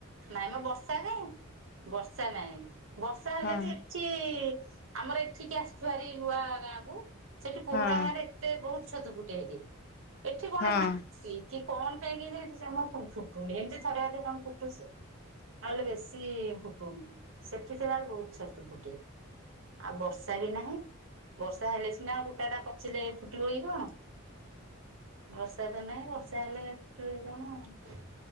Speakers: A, on the right; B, on the left.
A: ନାଇଁ ମ ବର୍ଷା କାଇଁ, ବର୍ଷା ନାଇଁ ବର୍ଷା ହେଲେ
B: ହଁ
A: ବି ଏଠି ଆମର ଏଠିକି ଆସିଛୁ ଭାରି ନୂଆ ଗାଁ କୁ, ସେଠି ପୁରୁଣା
B: ହଁ
A: ଗାଁରେ ଏତେ ବହୁତ ଛତୁ ଫୁଟେ ହେଠି, ଏଠି କଣ
B: ହଁ।
A: ଏ ମାଟି କି କଣ ପାଇଁ କି କେଜାଣି ଫୁଟୁନି, ଏମିତି ଥରେ ଆଧେ କଣ ଫୁଟୁଛି। ତାହେଲେ ବେଶୀ ଫୁଟୁନି, ସେଠିଥିଲା ବେଳେ ବହୁତ ଛତୁ ଫୁଟେ। ଆଉ ବର୍ଷା ବି ନାହିଁ, ବର୍ଷା ହେଲେ ସିନା କୁଟା ଟା ପଚିଲେ ଫୁଟିିବିକି କଣ?
B: <inaudible>
A: ବର୍ଷା ତ ନାଇଁ ବର୍ଷା ହେଲେ ଫୁଟିବ କଣ?